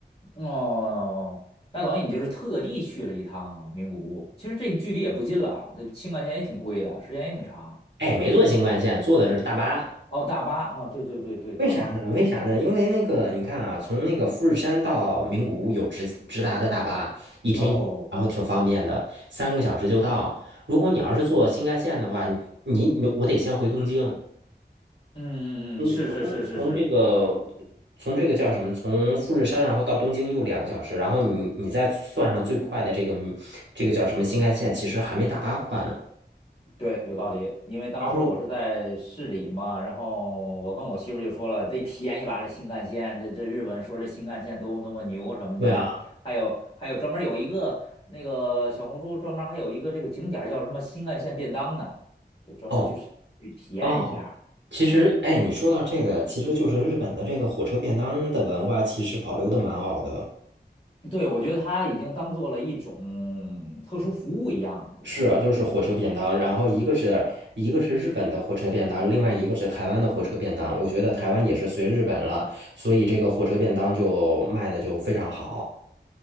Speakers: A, on the left (about 30°); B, on the right (about 85°).
A: 哦，那等于你就是特地去了一趟名古屋，其实这距离也不近了啊，那青干线也挺贵的，时间也挺长。
B: 哎，没坐新干线，坐的是大巴。
A: 哦，大巴啊，对对对对，大巴。
B: 为啥呢？为啥呢？因为那个，你看啊，从那个富士山到名古屋有直直达的大巴，一天一然后挺方便的，
A: 哦，
B: 三个小时就到。如果你要是坐新干线的话，你你我得先回东京。
A: 嗯嗯嗯，
B: 嗯，
A: 是是是是是，
B: 从从这个从这个叫什么？从富士山然后到东京又两个小时，然后你你再算上最快的这个这个叫什么新干线，其实还没大巴快呢。
A: 对，有道理，因为当时我是在市里嘛，
B: 然后
A: 然后我跟我媳妇儿就说了，得体验一把这新干线，这这日本说这新干线多么多么牛什么的，
B: 对啊，
A: 还有还有专门有一个那个小红书专门还有一个这个景点儿叫什么新干线便当呢，就专门去吃去体验一下。
B: 哦哦。其实，哎，你说到这个，其实就是日本的这个火车便当的文化，其实保留的蛮好的。
A: 对，我觉得它已经当做了一种特殊服务一样了，就是。
B: 是啊，就是火车便当，然后一个是一个是日本的火车便当，另外一个是台湾的火车便当。我觉得台湾也是随日本了，所以这个火车便当就卖的就非常好，